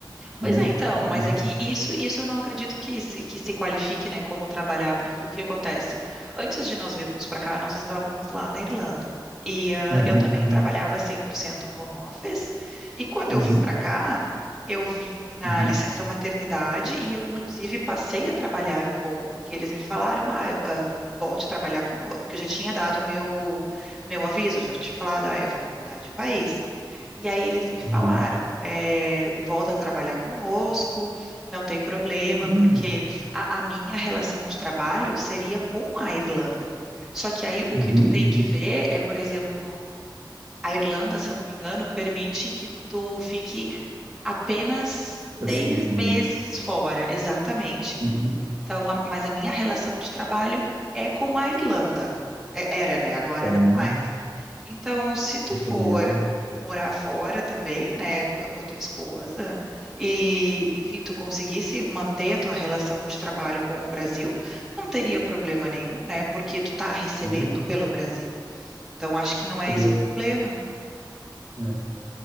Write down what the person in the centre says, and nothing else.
Pois
é, então,
mas é que isso, isso eu não acredito que, se- que se qualifique, né, como trabalhar, porque o que acontece? Antes de nós virmos para cá, nós estávamos lá na Irlanda. E ah,
eu também
trabalhava 100% home office. E quando
eu vim para cá, eu vim na
licença maternidade e eu, inclusive, passei a trabalhar um pouco, porque eles me falaram, ah, eu, ah, volte a trabalhar conosco, porque eu já tinha dado meu, meu aviso, eu já tinha falado, ah, eu vou me mudar de país. E aí eles me falaram,
eh, volta a trabalhar conosco, não tem problema,
porque
a, a minha relação de trabalho seria com a Irlanda. Só que aí o
que tu tem
que ver é, por exemplo, a Irlanda, se eu não me engano, permite que tu fique Apenas
seis
meses fora, exatamente.
Então, a- mas a minha relação de trabalho é com a Irlanda. É- Era, né? Agora
não
mais. Então, se tu
for
morar fora também, né, com a tua esposa, e, enfim, tu conseguisse manter a tua relação de trabalho com o Brasil, não teria problema nenhum, né? Porque tu tá recebendo
pelo Brasil. Então, acho que não é
esse o problema.